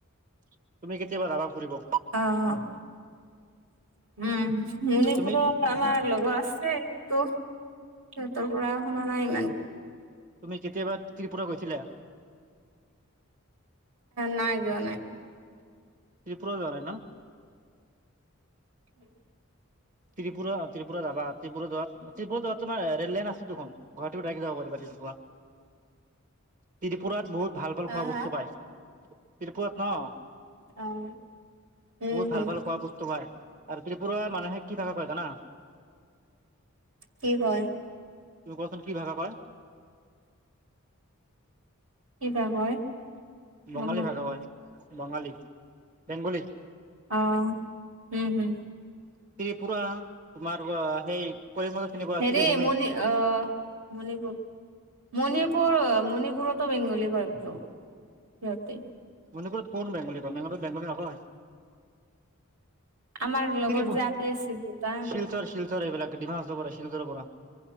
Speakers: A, on the right (about 40°); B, on the right (about 70°).
A: তুমি কেতিয়াবা যাবা ফুৰিব।
B: অ', উম মণিপুৰৰ
A: তুমি
B: আমাৰ লগৰ আছে কিন্তু। সিহঁতৰ পৰা শুনা নাই ইমান।
A: তুমি কেতিয়াবা ত্ৰিপুৰা গৈছিলা।
B: নাই যোৱা নাই।
A: ত্ৰিপুৰা যোৱা নাই ন।
B: উম
A: ত্ৰিপুৰা ত্ৰিপুৰা যাবা ত্ৰিপুৰা যোৱাত ত্ৰিপুৰা যোৱাত তোমাৰ ৰেল লাইন আছে দুখন। দাৰেইক যাব পাৰিবা ত্ৰিপুৰা ত্ৰিপুৰাত বহুত ভাল ভাল
B: হা,
A: খোৱা বস্তু
B: হা?
A: পায় ত্ৰিপুৰাত ন
B: অ', উম,
A: বহুত
B: হম,
A: ভাল ভাল খোৱা বস্তু পাই। আৰু ত্ৰিপুুৰাৰ মানুহে কি থাকা পায় জানা।
B: কি কয়।
A: তুমি কোৱাচোন কি ভষা কয়।
B: কিবা কয়।
A: বঙালী
B: গম
A: ভাষা হয় বঙালী। বেংগলী
B: অহ উম হোম
A: ত্ৰিপুৰা তোমাৰ সেই কৰিমগঞ্জত চিনি পোৱা
B: হেৰি
A: ত্ৰিভূমি
B: মণ অ মণিপুৰ মণিপুৰ। মণিপুৰতো বেংগলী হয়টো সিহঁতে
A: মণিপুৰত কোন বেংগলী কয় মণিপুৰত বেংগলী নকয়।
B: আমাৰ লগৰ
A: শিলচৰ
B: যে আপি আছিল দুটা
A: শিলচৰ এইবিলাক। ডিমা হাছাও পৰা শিলচৰ পৰা।